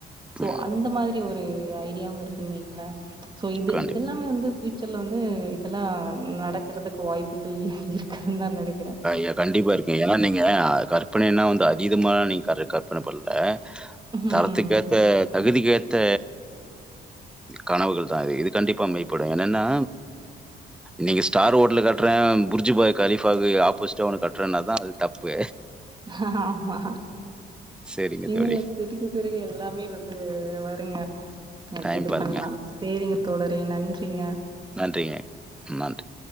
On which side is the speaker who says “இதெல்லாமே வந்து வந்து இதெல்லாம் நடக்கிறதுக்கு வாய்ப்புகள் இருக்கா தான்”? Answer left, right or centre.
Right